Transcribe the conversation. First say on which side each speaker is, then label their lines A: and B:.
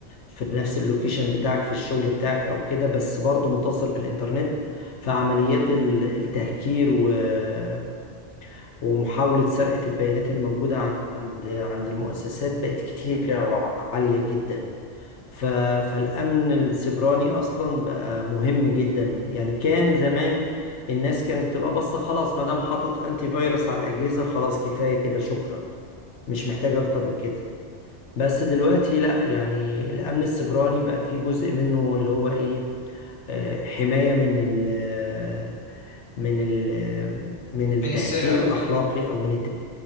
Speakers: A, on the left; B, on the left.
A: في نفس اللوكيشن بتاعك في الشغل بتاعك او كده بس برضه متصل بالانترنت فعمليات ال- التهكير و- ومحاولة سرقة البيانات اللي موجودة عند عند المؤسسات بقت كتيرة وعالية جدا ف... فالأمن السيبراني أصلا بقى مهم جدا يعني كان زمان الناس كانت تبقى بس خلاص ما دام حاطط أنتي فيروس على الأجهزة خلاص كفاية كده شكرا مش محتاجة أكتر من كده بس دلوقتي لا يعني الأمن السيبراني بقى فيه جزء منه اللي هو إيه آه، حماية من ال من ال من التهكير
B: من السرقة
A: الأخلاقي
B: وكده
A: أو من الت